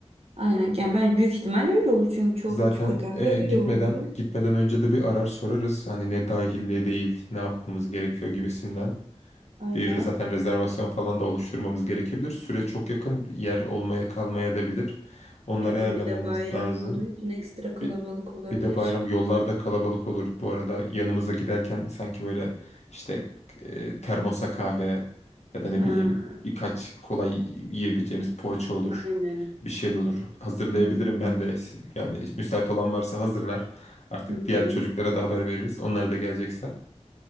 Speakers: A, on the right (about 60°); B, on the left (about 75°).
A: Aynen. Yani ben büyük ihtimalle öyle olur çünkü çoğu
B: Zaten
A: butik otelde
B: e, gitmeden
A: öyle oluyor.
B: gitmeden önce de bir arar sorarız. Hani ne dahil ne değil, ne yapmamız gerekiyor gibisinden.
A: Aynen.
B: Bir zaten rezervasyon falan da oluşturmamız gerekebilir. Süre çok yakın, yer olmaya kalmaya da bilir. Onları
A: Evet
B: ayarlamamız
A: bir de bayram
B: lazım.
A: olduğu için ekstra kalabalık
B: Bir,
A: olabilir.
B: bir de bayram yollarda kalabalık olur bu arada. Yanımıza giderken sanki böyle işte e, termosa kahve ya da ne
A: Ha,
B: bileyim birkaç kolay yiyebileceğimiz poğaça olur.
A: aynen.
B: Bir şey olur. Hazırlayabilirim ben de. Siz- Yani müsait olan varsa hazırlar. Artık
A: Hı
B: diğer
A: hı.
B: çocuklara da haber veririz. Onlar da gelecekse.